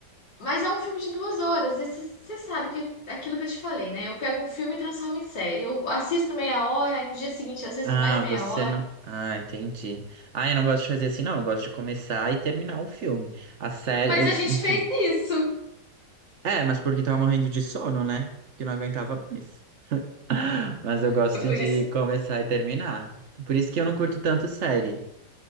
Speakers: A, on the left; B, on the right.
A: Mas é um filme de duas horas, e você sabe que é aquilo que eu te falei, né? Eu pego um filme e transformo em série. Eu assisto meia hora, aí no dia seguinte eu assisto
B: Ah,
A: mais meia
B: você
A: hora.
B: não. Ah, entendi. Ah, eu não gosto de fazer assim, não. Eu gosto de começar e terminar o filme. A série,
A: Mas
B: eu,
A: a gente
B: enfim.
A: fez isso.
B: É, mas porque tava morrendo de sono, né? Que não aguentava mais. <gasps> <laughs> Mas eu gosto
A: Por
B: de
A: isso
B: começar e terminar. Por isso que eu não curto tanto série.